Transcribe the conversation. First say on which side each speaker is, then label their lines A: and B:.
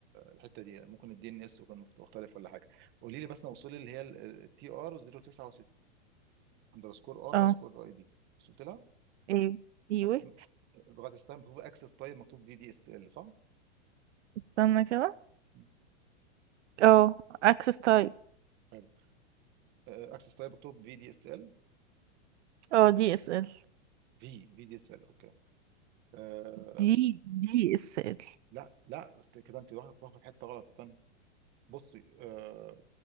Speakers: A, on the right; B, on the right.
A: الحته دي ممكن الدي ان اس يكون مخت- مختلف ولا حاجه قولي لي بس وصلي اللي هي التي ار 069 اندرسكور ار
B: اه
A: اندرسكور اي دي وصلت لها
B: ايه ايوه
A: مكتوب- لغايه الساعه مكتوب اكسس تايب مكتوب في دي اس ال صح؟
B: استنى كده
A: مم.
B: اه access type
A: حلو اكسس تايب مكتوب في دي اس ال
B: اه دي اس ال
A: في في دي است ال اوكي آه
B: دي دي اس ال
A: لا لا است- كده انت واخد واخد في حته غلط استنى بصي آه،